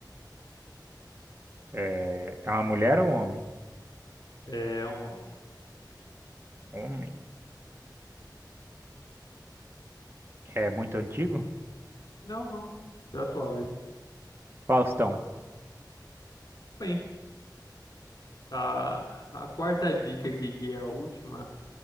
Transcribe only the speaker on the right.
É, é uma mulher ou um homem?
Homem. É muito antigo?
Faustão.